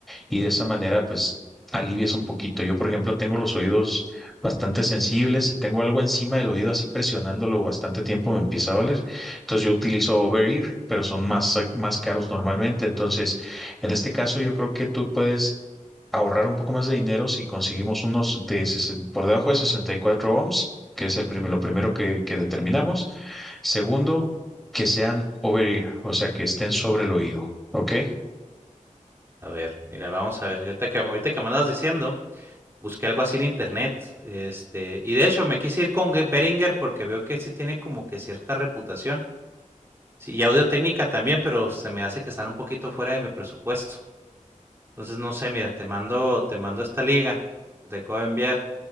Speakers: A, in the centre; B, on the right.
A: y de esa manera pues alivias un poquito. Yo, por ejemplo, tengo los oídos bastante sensibles y tengo algo encima del oído así presionándolo bastante tiempo me empieza a doler. Entonces yo utilizo over-ear, pero son más, más caros normalmente. Entonces, en este caso, yo creo que tú puedes ahorrar un poco más de dinero si conseguimos unos de sesen- por debajo de 64 ohms, que es el primer- lo primero que, que determinamos. Segundo, que sean over ear, o sea, que estén sobre el oído. ¿Ok?
B: A ver, mira, vamos a ver, ahorita que, ahorita que me andas diciendo, busqué algo así en internet, este, y de hecho me quise ir con Beringer porque veo que sí tiene como que cierta reputación. Sí, y audio técnica también, pero se me hace que están un poquito fuera de mi presupuesto. Entonces, no sé, mira, te mando, te mando esta liga que te acabo de enviar